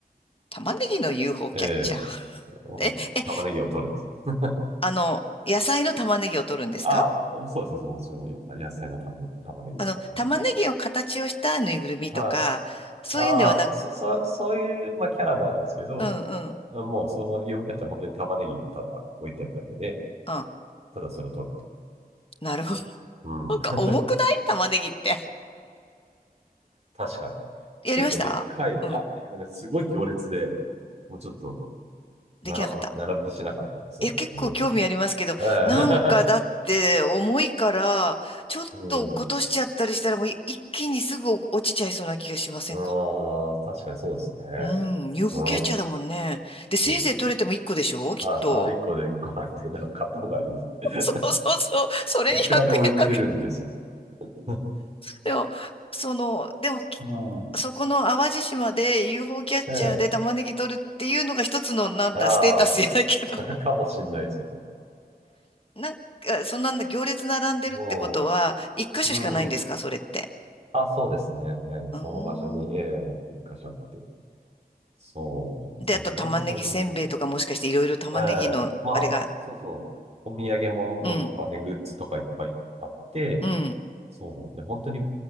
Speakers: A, on the left; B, on the right.
A: 玉ねぎの UFO
B: え
A: キャッチャー。<laughs>
B: えもう玉ねぎを取るんです。
A: え、え、
B: <laughs>
A: あの、野菜の玉ねぎを取るんですか
B: ああ、そうです、もちろん、あ野菜の玉、玉ねぎですよ。
A: あの、
B: は
A: 玉ねぎを形をしたぬいぐるみとか、
B: い。は
A: そういうんではなく、
B: い、ああ、そ、そ、そそういう、まあ、キャラもあるんですけど、
A: うんうん。
B: もうそのユーフォーキャッチャーは本当に玉ねぎがただ置いてあるだけで、
A: あ、
B: ただそれを取ると。
A: なるほど。<laughs>
B: うん。
A: なんか重くない玉ねぎって。
B: <laughs> 確かに。
A: <laughs> やりましたうん。
B: 結構でっかい、あ、えーねすごい行列で、もうちょっと
A: できなかった
B: 並ぶ、並ぶ気しなかったんです、そう、
A: いや、結構興味ありますけど、
B: イメージはえ
A: なんかだって重いから、ちょっと落っことしちゃったりしたらもうい一気にすぐ落ちちゃいそうな気がしませんか
B: え <laughs> うん。ああ、確かにそうですね。
A: うん、UFO
B: うん。
A: キャッチャーだもんね。
B: そうそう
A: で、せいぜい取れても1個でしょきっと。
B: はい。あ、1個で1個なんで、だから買った方がいいです。
A: <laughs> そうそうそう。それに100円かけ。
B: いくらでも売ってるんで、その。
A: でも、その、でも、き
B: うん。
A: そこの淡路島で UFO キャッチャーで玉ねぎ取るっていうのが一つの、
B: <laughs> ええ。
A: なんだ、
B: あ
A: ステータスじゃないけど。
B: あ、<laughs> かもしんないです。
A: <laughs> なんか、そんな行列並んでるってことは、
B: <laughs> も
A: 一箇所しかないんですかそれって。
B: う、うん。あ、そうですね。ええ、
A: あー
B: その場所に、ええ、一箇所あって。そうなんですね。
A: で、あと玉ねぎせんべいとかもしかしていろいろ玉ねぎのあれが、
B: 本当に。ええ、まあ、そうそう。お土産物とかね、
A: うん、
B: グッズとかいっぱいあって、
A: うん、
B: そう。で、本当に